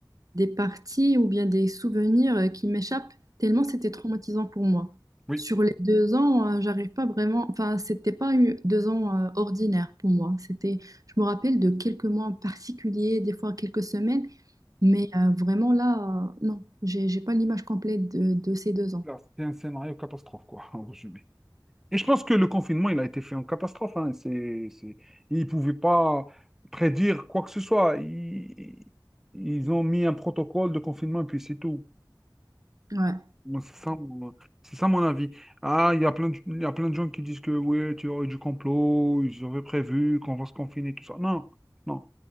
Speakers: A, on the right; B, in the centre.
A: des parties ou bien des souvenirs euh, qui m'échappent tellement c'était traumatisant pour moi.
B: Oui.
A: Sur les deux ans, euh, j'arrive pas vraiment. Enfin, c'était pas eu- deux ans euh, ordinaires pour moi. C'était, je me rappelle de quelques mois en particulier, des fois quelques semaines, mais euh, vraiment là, euh, non, j'ai j'ai pas l'image complète de, de ces deux ans.
B: Là, C'était un scénario catastrophe, quoi, <laughs> en résumé. Et je pense que le confinement, il a été fait en catastrophe. Hein. C'est, c'est... Ils ne pouvaient pas prédire quoi que ce soit. Ils, ils ont mis un protocole de confinement et puis c'est tout.
A: Ouais,
B: Moi, C'est ça, mon- c'est ça mon avis. Ah, il y a plein de, il y a plein de gens qui disent que oui, tu aurais du complot, ils auraient prévu qu'on va se confiner, tout ça. Non, non.